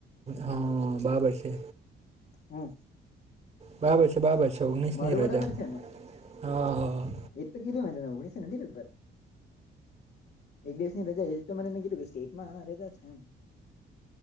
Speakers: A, on the right; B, on the left.
A: હા બરાબર છે.
B: હા.
A: બરાબર છે બારાબર છે. ઓગણીસની
B: મારું
A: રજા
B: બરાબર છે ને,
A: હા
B: એ તો કીધું તને ઓગણીસો નથી પેપર. એક દેશની રજા એ તો મને ન કીધું કે સ્ટેટમાં રજા છે એમ.